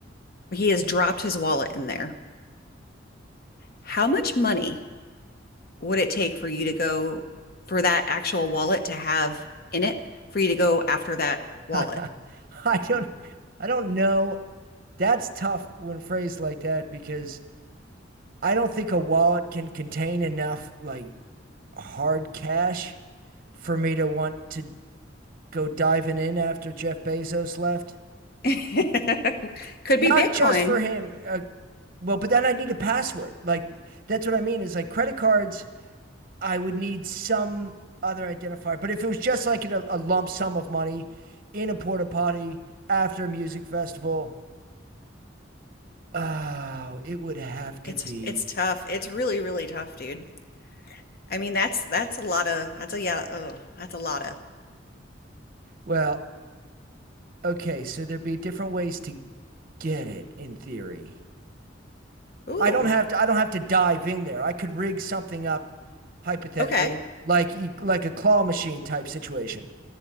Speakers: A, on the left; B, on the right.
A: He has dropped his wallet in there. How much money would it take for you to go for that actual wallet to have in it for you to go after that wallet?
B: <laughs> I don't. I don't know. That's tough when phrased like that because I don't think a wallet can contain enough like hard cash for me to want to go diving in after Jeff Bezos left.
A: <laughs> Could
B: Not
A: be Bitcoin.
B: just for him. Uh, well, but then I need a password. Like that's what I mean is like credit cards I would need some other identifier. But if it was just like a, a lump sum of money in a porta potty after a music festival, oh, it would have to
A: It's
B: be.
A: it's tough. It's really, really tough, dude. I mean, that's that's a lot of that's a yeah, oh, that's a lot of.
B: Well, okay, so there'd be different ways to get it in theory.
A: Ooh,
B: I don't have to. I don't have to dive in there. I could rig something up, hypothetically,
A: okay.
B: like e, like a claw machine type situation.